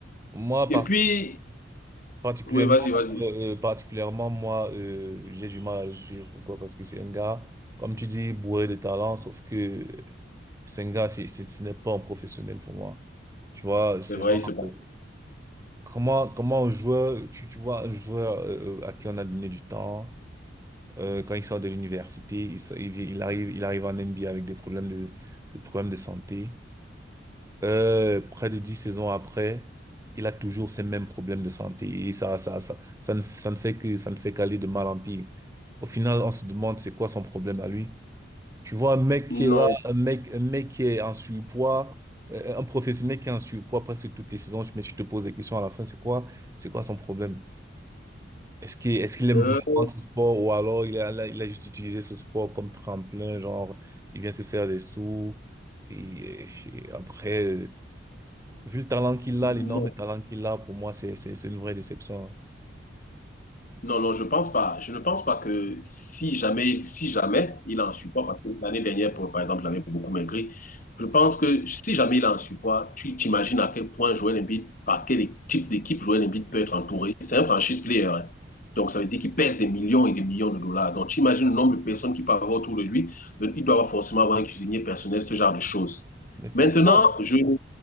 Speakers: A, on the right; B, on the left.
A: moi,
B: Et
A: par.
B: puis,
A: Particulièrement,
B: Oui, vas-y, vas-y.
A: euh, euh, particulièrement moi, euh, j'ai du mal à le suivre. Pourquoi? Parce que c'est un gars, comme tu dis, bourré de talent, sauf que euh, c'est un gars, c'est, c'est- ce n'est pas un professionnel pour moi. Tu vois,
B: C'est
A: c'est
B: vrai,
A: genre,
B: c'est bon.
A: euh, comment, comment un joueur, tu, tu vois, un joueur euh, euh, à qui on a donné du temps, euh, quand il sort de l'université, il, sort- il, vient- il arrive, il arrive en NBA avec des problèmes de, des problèmes de santé. Euh, près de dix saisons après, il a toujours ces mêmes problèmes de santé. Et ça, ça, ça, ça ne, ça ne fait que, ça ne fait qu'aller de mal en pire. Au final, on se demande c'est quoi son problème à lui. Tu vois, un mec qui est là,
B: Non,
A: un mec, un mec qui est en surpoids, euh, un professionnel qui est en surpoids presque toutes les saisons, mais tu te poses des questions à la fin, c'est quoi, c'est quoi son problème? Est-ce qu'il, est-ce qu'il aime
B: euh,
A: vraiment ce sport ou alors il a, il a juste utilisé ce sport comme tremplin, genre, il vient se faire des sous et, et après, Vu le talent qu'il
B: non.
A: a, l'énorme talent qu'il a, pour moi, c'est, c'est, c'est une vraie déception. hein.
B: Non, non, je pense pas. Je ne pense pas que si jamais, si jamais il est en surpoids, parce que l'année dernière, pour- par exemple, il avait beaucoup maigri, je pense que si jamais il est en surpoids, tu t'imagines à quel point Joel Embiid, par quel type d'équipe Joel Embiid peut être entouré. C'est un franchise player. hein. Donc, ça veut dire qu'il pèse des millions et des millions de dollars. Donc, tu imagines le nombre de personnes qui peuvent avoir autour de lui. Donc, Il doit avoir forcément avoir un cuisinier personnel, ce genre de choses.
A: Mais pourquoi?
B: Maintenant, je,